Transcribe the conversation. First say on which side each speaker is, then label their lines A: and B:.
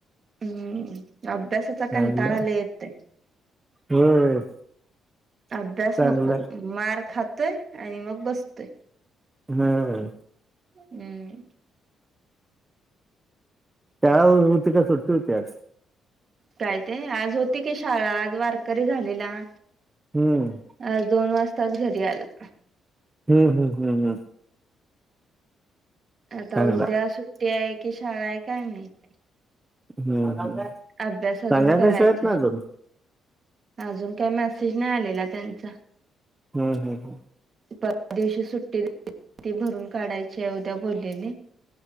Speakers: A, on the right; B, on the right.
A: हम्म अभ्यासाचा कंटाळा
B: चांगलंय
A: लई येतोय.
B: होय
A: अभ्यास
B: चांगलंय
A: नको, मार खातोय आणि मग बसतोय.
B: हम्म.
A: हम्म.
B: शाळा होती का सुट्टी होती आज?
A: काय ते आज होती की शाळा आज वारकरी झालेला.
B: हम्म.
A: आज दोन वाजताच घरी आला.
B: हम्म हम हम्म हम्म.
A: आता
B: चांगला
A: उद्या
B: आहे.
A: सुट्टी आहे की शाळा आहे काय माहिती?
B: हम्म हम्म.
A: अभ्यास अजून
B: सांगायला
A: करायचा
B: शाळेत ना
A: आहे,
B: अजून.
A: अजून काही मेसेज नाही आलेला त्यांचा.
B: हम्म हम्म हम्म.
A: परवा दिवशी सुट्टी <unintelligible> ती भरून काढायची आहे उद्या बोललेली.